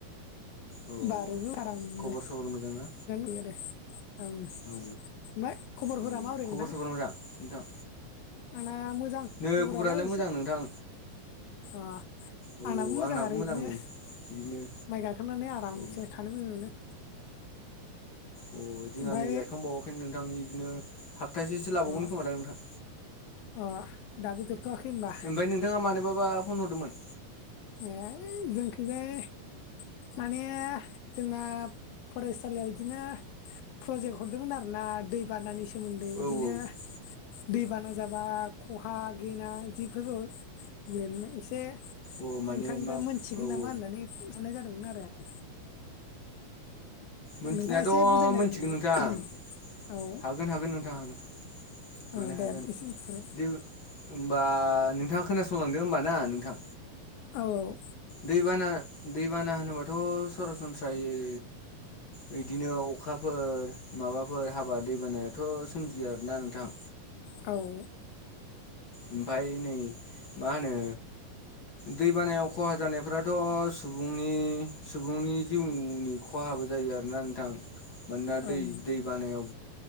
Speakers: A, on the left; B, on the left.
A: औ
B: बारूरू आरामनो
A: खबर सबर मोजां ना
B: <unintelligible> ओं ओमफ्राय
A: औ
B: खबरफोरा
A: औ
B: माबोरै
A: खबर
B: नोंथां
A: सबर मोजां नोंथां
B: आना मोजां
A: नै
B: खबरालाय एसे
A: मोजां नोंथां
B: अ
A: औ
B: आंनाबो
A: औ
B: मोजां आरो बिदिनो
A: नै बिदिनो
B: माइ गाखोनानै आरामसे
A: औ
B: थानो मोजां मोनो
A: अ जोंना
B: ओमफ्राय
A: नै गायखांबावाखैनो नोंथां बिदिनो हाफथासेसो लाबावगोन
B: अ
A: खोमा दा नोंथां
B: अ दाबो जोबथ'आखै ओमबा
A: ओमफ्राय नोंथाङा मानोबाबा फन हरदोंमोन
B: ए ओइ जोंखैजाय माने जोंना फरायसालियाव बिदिनो प्रजेक्ट हरदोंमोन आरोना दै बानानि सोमोन्दै बिदिनो
A: औ औ
B: दैबाना जाबा खहा गेना बिदिफोरखौ लिरनाय एसे
A: अ माने
B: नोंथांनिफ्राय
A: मा
B: मोनथिगोन
A: औ
B: नामा
A: औ
B: होननानै हरनाय जादोंमोन आरो आं
A: मिथिनायाथ'
B: नोंथाङा एसे बुजायनो
A: मोनथिगोन
B: हागोन नामा
A: नोंथां
B: औ
A: हागोन हागोन नोंथां हागोन
B: औ
A: मानो हायाजानो
B: दे एसे बुंफिनलाय
A: दु होनोमबा नोंथाङा खोनासंलांदो होमबा ना नोंथां
B: औ औ
A: दैबाना दैबाना होनोबाथ' सरासनस्रायै बिदिनो अखाफोर माबाफोर हाबा दैबानायाथ' सोमजियो आरोना नोंथां
B: औ
A: ओमफ्राय नै मा होनो दै बानायाव खहा जानायफोराथ' सुबुंनि सुबुंनि जिउनि खहाबो जायो आरोना नोंथां मानोना
B: ओं
A: दै बानायाव